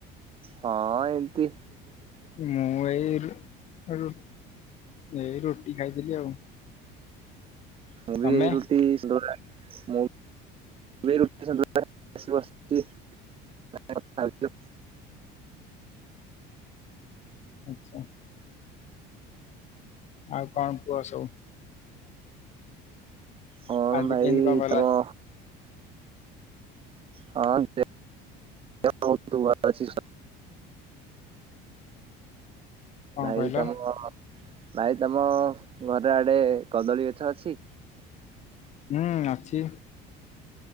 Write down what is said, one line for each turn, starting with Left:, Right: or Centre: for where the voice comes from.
Right: ହଁ ଏମତି।
Left: ମୁଁ ଏଇ ରୁ ରୁ ଏଇ ରୁଟି ଖାଇଥିଲି ଆଉ।
Right: ମୁଁ ବି
Left: ତମେ
Right: ରୁଟି ସନ୍ତୁଳା ମୁଁ। ମୁଁ ବି ଏଇ ରୁଟି ସନ୍ତୁଳା ଆସି ବସଚି କଥା ହଉଚି ଆଉ।
Left: ଆଛା ଆଉ କଣ କୁହ ସବୁ।
Right: ମୋର
Left: ଆଜି
Right: ଭାଇ
Left: କେମିତି
Right: ଏଇଥର।
Left: କଣ ଗଲା
Right: ହଁ ଯେ <unintelligible>
Left: କଣ
Right: ଭାଇ
Left: କହିଲ
Right: ତମର। ଭାଇ ତମ ଘରେ ଆଡେ କଦଳୀ ଗଛ ଅଛି।
Left: ହୁଁ ଅଛି।